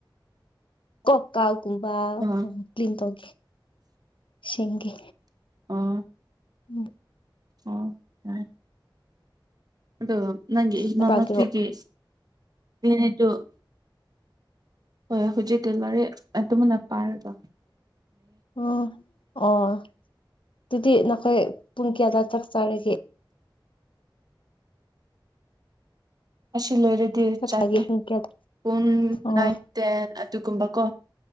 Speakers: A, on the left; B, on the right.
A: ꯀꯣ ꯀꯥꯎꯒꯨꯝꯕ
B: ꯑꯥ
A: ꯎ ꯀ꯭ꯂꯤꯟ ꯇꯧꯒꯦ ꯁꯦꯡꯦ
B: ꯑꯥ
A: ꯎꯝ
B: ꯑꯣ ꯍ ꯑꯗꯨ ꯅꯪꯒꯤ
A: ꯂꯝꯄꯥꯛꯀꯤꯔꯣ
B: ꯃꯃꯄꯤꯒꯤ ꯌꯦꯅꯤꯗꯣ ꯍꯣꯏ ꯍꯧꯖꯤꯛ ꯇꯤꯂꯔꯤ ꯑꯗꯨꯃꯅ ꯄꯥꯏꯔꯒ
A: ꯎꯝ ꯑꯣ ꯑꯗꯨꯗꯤ ꯅꯈꯣꯏ ꯄꯨꯡ ꯀꯌꯥꯗꯋꯥꯏ ꯆꯥꯛ ꯆꯥꯔꯒꯦ
B: ꯁꯤ ꯂꯣꯏꯔꯗꯤ
A: ꯆꯥꯛꯆꯥꯒꯦ
B: ꯆꯥꯀꯦ
A: ꯄꯨꯡ ꯀꯌꯥꯗ
B: ꯄꯨꯡ
A: ꯑꯣ
B: ꯅꯥꯏꯟ ꯇꯦꯟ ꯑꯗꯨꯒꯨꯝꯕꯀꯣ